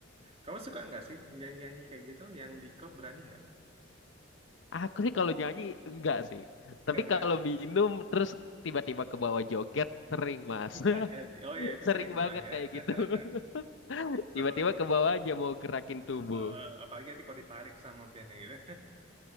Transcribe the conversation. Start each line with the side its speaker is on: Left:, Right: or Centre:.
Right: Kamu suka nggak sih nyanyi-nyanyi kayak gitu? Yang di klub berani nggak?
Left: Aku sih kalau nyanyi enggak sih. Tapi
Right: Nggak berani.
Left: kalau minum terus tiba-tiba ke bawah joget sering, Mas.
Right: Bisa
Left: <laughs>
Right: jadi. Oh ya, itu
Left: Sering
Right: sering malah
Left: banget
Right: ya.
Left: kayak
Right: <laughs>
Left: gitu. <laughs>
Right: seru
Left: Tiba-tiba
Right: tuh.
Left: ke bawah aja mau gerakin tubuh.
Right: Eh, apalagi nanti kalau ditarik sama bandnya gitu.